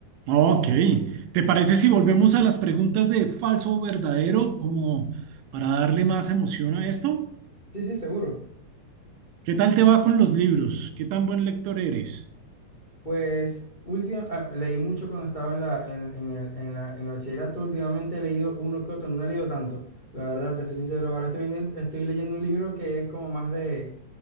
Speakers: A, on the right (about 80°); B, on the left (about 55°).
A: Ok, ¿te parece si volvemos a las preguntas de falso o verdadero como para darle más emoción a esto?
B: Sí, sí, seguro.
A: ¿Qué tal te va con los libros? ¿Qué tan buen lector eres?
B: Pues última, ah, leí mucho cuando estaba en la, en, en el, en la, en el bachillerato. Últimamente he leído uno que otro, no he leído tanto. La verdad, te soy sincero, ahora estoy vendiendo, estoy leyendo un libro que es como más de,